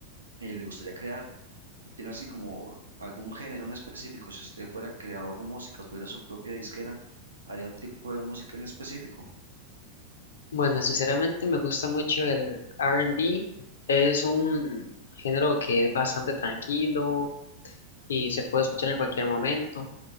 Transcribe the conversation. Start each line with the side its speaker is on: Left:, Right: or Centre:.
Right: eh, le gustaría crear, ¿tiene así como algún género en específico? Si usted fuera creador de música o tuviera su propia disquera, ¿haría un tipo de música en específico?
Left: Bueno, sinceramente me gusta mucho el R&B. Es un género que es bastante tranquilo y se puede escuchar en cualquier momento.